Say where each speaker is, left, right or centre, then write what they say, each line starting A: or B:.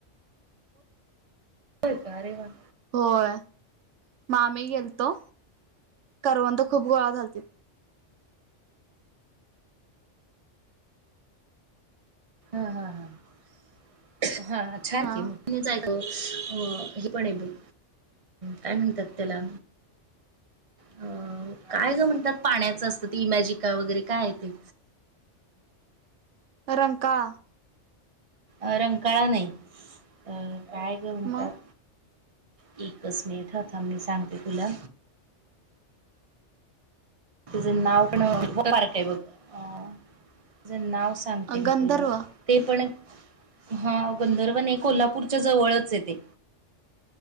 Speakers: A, on the right (about 75°); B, on the right (about 30°).
A: <unintelligible>
B: हो का? अ रे वा.
A: होय. मं आम्ही गेलतो. करवंद खूप गोळा झालतीत.
B: हा हा हा. छान
A: हा
B: की मग. पण आहे ब. काय म्हणत्यात त्याला? अ काय गं म्हणत्यात पाण्याचं असतं ते इमॅजिक वगैरे काय आहे ते?
A: <unintelligible> रंकाळा.
B: अ रंकाळा नाही. अ काय गं म्हणतात.
A: मग
B: एकच मिनिटयं थांब मी सांगते तुला. तेज नाव पण खूप बारक आहे बघ. अ तझ नाव सांगते मी
A: गंधर्व
B: तुला ते पण हा गंधर्व नाही कोल्हापूरच्या जवळच ये तेे.